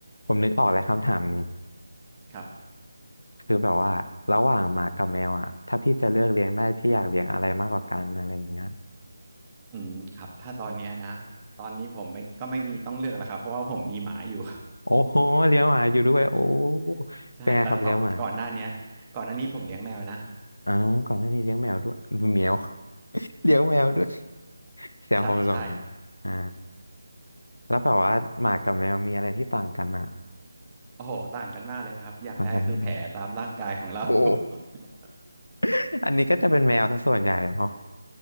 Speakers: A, on the left; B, on the right.
A: ผมนึกออกแล้วคำถามนี้
B: ครับ
A: คือแบบว่าระหว่างหมากับแมวอ่ะถ้าพี่จะเลือกเลี้ยงได้พี่อยากเลี้ยงอะไรมากกว่ากันอะไรอย่างเงี้ย
B: อืมครับถ้าตอนเนี้ยนะตอนนี้ผมไม่ก็ไม่มีต้องเลือกแล้วครับเพราะว่าผมมีหมาอยู่
A: โอ้โหเลี้ยงหมาอยู่ด้วยโอ้
B: <laughs> ใช่แต่ต่อก่อนหน้าเนี้ยก่อนหน้านี้ผมเลี้ยงแมวนะ
A: เป็นไงครับเลี้ยงหมาอ๋อก่อนหน้านี้เลี้ยงแมวด้วยแมว <laughs> เลี้ยงแมวด้วยแซวเขาไปลงกันอ่า
B: ใช่ใช่
A: แล้วแบบว่าหมากับแมวมีอะไรที่ต่างกันอ่ะ
B: โอ้โหต่างกันมากเลยครับอย่างแรกก็คือแผลตามร่างกายของเรา
A: ต่างกันไม่รู้โอ้
B: <laughs>
A: <laughs> อันนี้ก็จะเป็นแมวซะส่วนใหญ่เนาะ